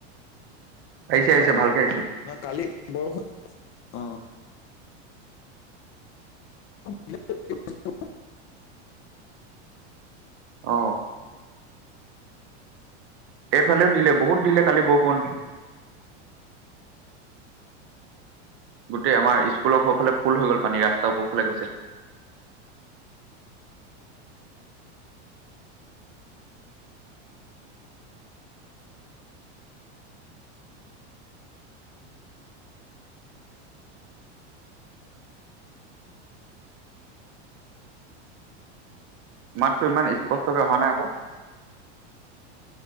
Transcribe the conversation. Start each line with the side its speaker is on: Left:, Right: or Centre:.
Right: আহিছে আহিছে
Left: অ অ
Right: ভালকে আহিছে
Left: না কালি বৰষুণ অ। <unintelligible>
Right: অ এইফালেও দিলে বহুত দিলে কালি বৰষুণ। গোটেই আমাৰ স্কল ঘফালে ফুল হৈ গল পানী ৰাস্তা বোৰফালে গৈছে। মাততো ইমান স্পষ্টকে অহা নাই আকৌ